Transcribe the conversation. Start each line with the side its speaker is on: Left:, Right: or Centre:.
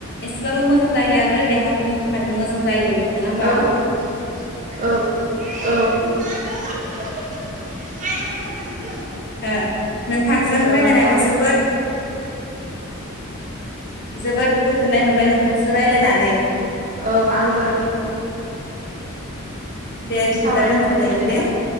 Left: एसेबाबो मोजां जायो आरो देहाफोरनि थाखायबो मोजां जायो। नङा होमबा
Right: औ औ औ। जानो <unintelligible>
Left: ओ नोंथांजों
Right: औ
Left: रायलायनानै जोबोद जोबोद गोजोननाय मोनबाय नों नोंसो रायलायनानै
Right: औ आंबो।
Left: दे बिदिबा
Right: सावरायनानै
Left: दोनथ'लायनि
Right: होनायनि
Left: दे